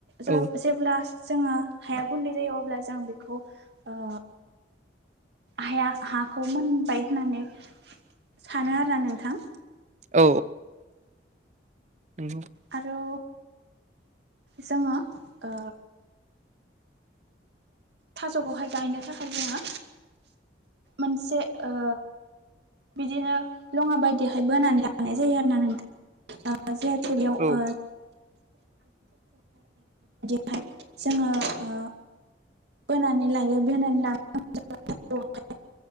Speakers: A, on the right; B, on the right.
A: जे-जेब्ला
B: औ
A: जोङो हाया गुन्दै जायो अब्ला जों बेखौ ओ हाया हाखौ मोनबाय होननानै सानो आरोना नोंथां।
B: औ औ
A: आरो जोङो ओ थास'खौहाय गायनो थाखाय जोङो मोनसे ओ बिदिनो लङा बायदिहाय बोनानै लानाय जायो आरोना नोंथां जाहाथे बेयाव
B: औ
A: ओ <inaudible> जोंङो ओ बोनानै लायो बोनानै लानानै <inaudible>